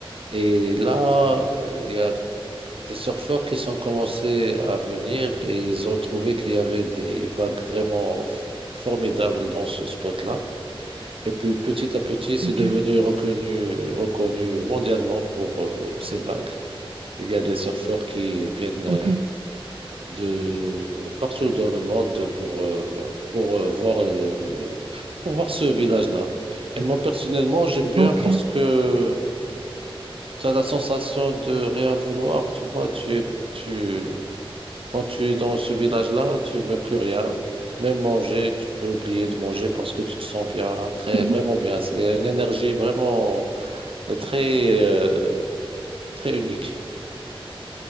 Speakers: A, on the right; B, on the right.
A: Et là, euh, il y a des surfeurs qui sont commencés à venir et ils ont trouvé qu'il y avait des vagues vraiment f- formidables dans ce spot-là. Et puis petit à petit, c'est
B: ok,
A: devenu reconnu, reconnu mondialement pour euh, ces vagues. Il y a des surfeurs qui viennent euh,
B: ok,
A: de partout dans le monde pour, euh, pour euh, voir euh, le, pour voir ce village-là. Et moi, personnellement, j'aime bien
B: ok.
A: parce que tu as la sensation de rien vouloir, tu vois. Tu, es- tu, quand tu es dans ce village-là, tu veux plus rien. Même manger, tu peux oublier de manger parce que tu te sens bien, très,
B: <laughs>
A: vraiment bien. C'est une énergie vraiment euh, très, euh, très unique.